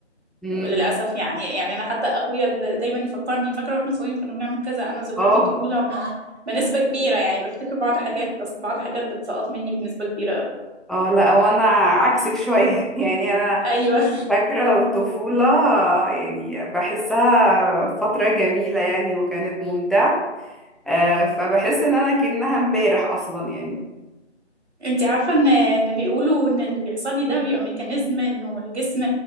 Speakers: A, in the centre; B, on the right.
A: مم.
B: وللأسف يعني يعني أنا حتى أخويا اللي دايما يفكرني فاكرة واحنا صغيرين كنا بنعمل كذا أنا ذكريات
A: اه
B: الطفولة م- بنسبة كبيرة يعني بفتكر بعض حاجات بس بعض حاجات بتسقط مني بنسبة كبيرة أوي.
A: اه لا هو انا عكسك شوية <laughs> يعني انا
B: أيوه
A: فاكرة الطفولة يعني بحسها فترة جميلة يعني وكانت ممتعة آه، فبحس إن أنا كأنها امبارح أصلا يعني
B: <laughs> أنت عارفة إن إن بيقولوا إن اللي بيحصل لي ده بيبقى ميكانيزم إنه الجسم